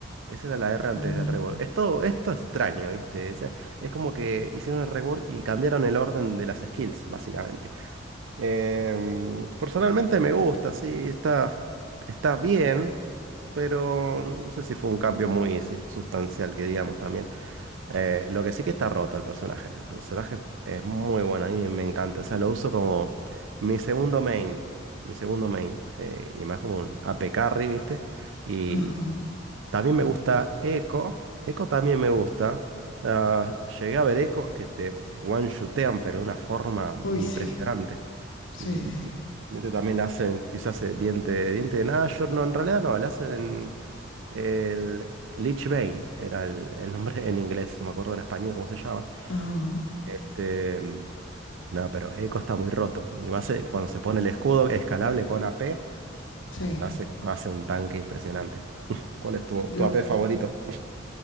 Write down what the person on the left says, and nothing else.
ajá,
ajá.
Uy,
sí, sí,
sí, sí.
Ajá,
sí.
Yo,